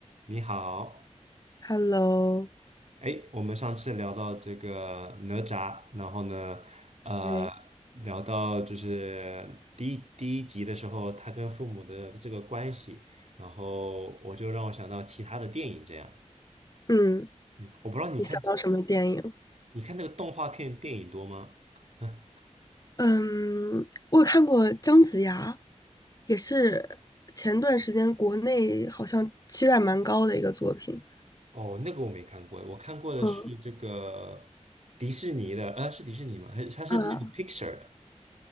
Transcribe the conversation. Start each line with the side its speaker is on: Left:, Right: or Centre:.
Right: 你好，
Left: Hello，
Right: 哎，我们上次聊到这个哪吒，然后呢，呃，
Left: 对，
Right: 聊到就是第一第一集的时候，他跟父母的这个关系，然后我就让我想到其他的电影这样，
Left: 嗯，
Right: 嗯，我不知道你看
Left: 你想到什么电影？
Right: 你看那个动画片电影多吗？<laughs>
Left: 嗯，我有看过姜子牙，也是前段时间国内好像期待蛮高的一个作品。
Right: 哦，那个我没看过，我看过的是这个迪士尼的，
Left: 嗯
Right: 呃，是迪士尼吗？还是它是那个
Left: 啊
Right: Pixar 的